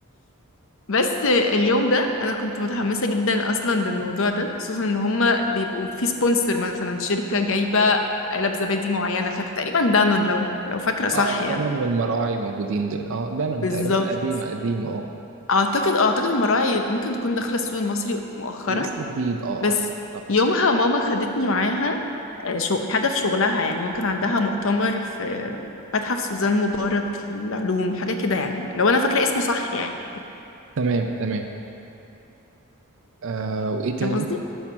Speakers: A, on the left (about 60°); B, on the right (about 60°).
A: بس اليوم ده انا كنت متحمسه جدا اصلا للموضوع ده خصوصا ان هما بيبقوا في سبونسر مثلا شركه جايبه علب زبادي معينه كانت تقريبا دانون لو لو فاكره صح
B: اه اه
A: يعني
B: دانون والمراعي موجودين دول اه دانون
A: بالظبط
B: تقريبا قديمه قديمه اه
A: اعتقد اعتقد المراعي ممكن تكون داخله السوق المصري مؤخرا
B: لسه جديد اه
A: بس
B: اه بالظبط
A: يومها ماما خدتني معاها آه، شو حاجه في شغلها يعني ممكن عندها مؤتمر في متحف سوزان مبارك للعلوم حاجه كده يعني لو انا فاكره اسمه صح يعني
B: تمام تمام آه وايه تاني
A: فاهم قصدي